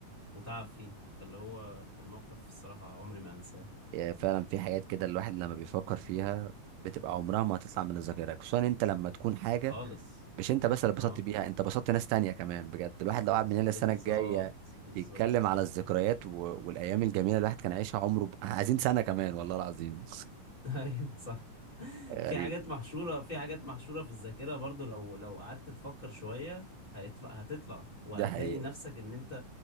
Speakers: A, on the left; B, on the right.
A: وتعب فيه فاللي هو كان موقف الصراحه عمري ما انساه
B: يعني فعلا في حاجات كده الواحد لما بيفكر فيها بتبقى عمرها ما هتطلع من الذاكرة خصوصا انت لما تكون حاجة
A: خالص
B: مش انت بس اللي اتبسطت
A: اه
B: بيها انت بسطت ناس تانية كمان بجد الواحد لو قعد من هنا
A: بالظبط
B: السنة الجاية
A: بالظبط
B: يتكلم على الذكريات و... والايام الجميلة الواحد كان عايشها عمره ب... عايزين سنة كمان والله العظيم
A: <laughs> ايوه صح
B: <laughs> غريب
A: في حاجات محشوره في حاجات محشوره في الذاكره برضو لو لو قعدت تفكر شويه هيطلع هتطلع وهتلاقي
B: ده حقيقة
A: نفسك ان انت